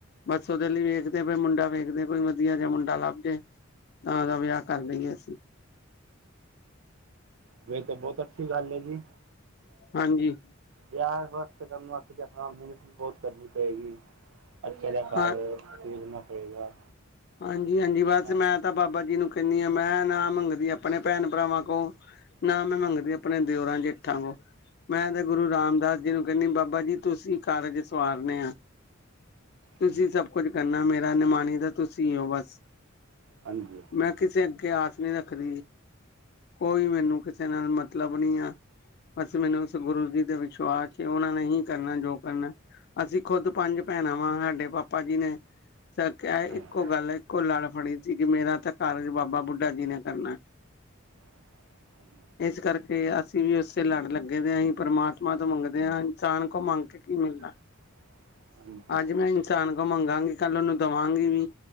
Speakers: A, on the left; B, on the right.
A: ਬਸ ਉਹਦੇ ਲਈ ਵੇਖਦੇਈ ਮੁੰਡਾ ਵੇਖਦੇ ਕੋਈ ਵਧੀਆ ਜਿਹਾ ਮੁੰਡਾ ਲੱਭ ਜੇ। ਤਾਂ ਦਾ ਵਿਆਹ ਕਰ ਲਈਏ। ਅਸੀਂ
B: ਫੇਰ ਤਾਂ ਬਹੁਤ ਅੱਛੀ ਗੱਲ ਏ ਜੀ।
A: ਹਾਂਜੀ।
B: ਵਿਆਹ ਵਾਸ ਕਰਨ ਵਾਸਤੇ ਆਪਣਾ ਮਿਹਨਤ ਵੀ ਬਹੁਤ ਕਰਨੀ ਪਏਗੀ। ਅੱਛ ਦਾਕਾਰਣਾ
A: ਹਾਂ
B: ਪਏਗਾ।
A: ਹਾਂਜੀ- ਹਾਂਜੀ ਬਸ
B: ਆਪਣਾ
A: ਮੈਂ ਤਾਂ ਬਾਬਾ ਜੀ ਨੂੰ ਕਹਿੰਦੀ ਆਾਂ। ਮੈਂ ਨਾ ਮੰਗਦੀ ਆਪਣੇ ਭੈਣ- ਭਰਾਵਾਂ ਕੋਲ ਨਾ ਮੈਂ ਮੰਗਦੀ ਆਪਣੇ ਦਿਓਰਾਂ - ਜੇਠਾਂ ਕੋਲ ਮੈਂ ਤੇ ਗੁਰੂ ਰਾਮਦਾਸ ਜੀ ਨੂੰ ਕਹਿੰਦੀ। ਬਾਬਾ ਜੀ ਤੁਸੀਂ ਕਾਰਜ ਸਵਾਰਨ ਆ। ਤੁਸੀਂ
B: ਹਾਂਜੀ
A: ਸਭ ਕੁਝ ਕਰਨਾ। ਮੇਰਾ ਨਮਾਨ ਤਾਂ ਤੁਸੀਂ ਹੋ ਬਸ।
B: ਹਾਂਜੀ
A: ਮੈਂ ਕਿਸੇ ਅੱਗੇ ਆਸ ਨੀ ਰੱਖਦੀ। ਕੋਈ ਮੈਨੂੰ ਕਿਸੇ ਨਾਲ ਮਤਲਬ ਨੀ ਆ। ਬਸ ਮੈਨੂੰ, ਉਸ ਗੁਰੂ ਜੀ ਦੇ ਵਿਸ਼ਵਾਸ ਚ ਉਹਨਾਂ ਨੇ ਹੀ ਕਰਨਾ ਜੋ ਕਰਨਾ ਅਸੀਂ ਖੁੱਦ ਪੰਜ ਭੈਣ ਵਾਂ, ਸਾਡੇ ਪਾਪਾ ਜੀ ਨੇ ਕ
B: ਹਾਂ
A: ਇੱਕੋ ਗੱਲ ਇੱਕੋ ਲੜ ਫੜੀ ਸੀ, ਕਿ ਮੇਰਾ ਤਾਂ ਕਾਰਜ ਬਾਬਾ ਬੁੱਢਾ ਜੀ ਨੇ ਕਰਨਾ
B: <unintelligible>
A: ਇਸ ਕਰਕੇ, ਅਸੀਂ ਵੀ ਉਸੇ ਲੜ ਲੱਗੇ ਦੇ ਹਾਂ ਹੀ ਪਰਮਾਤਮਾ ਤੋਂ ਮੰਗਦੇ ਹਾਂ, ਇਨਸਾਨ ਕੋਲ ਮੰਗ ਕੇ ਕੀ ਮਿਲਣਾ।
B: <unintelligible> ਹਾਂਜੀ
A: ਅੱਜ ਮੈਂ ਇਨਸਾਨ ਕੋਲ ਮੰਗਾਂਗੀ, ਕੱਲ ਉਹਨੂੰ ਦੇਵਾਂਗੀ ਵੀ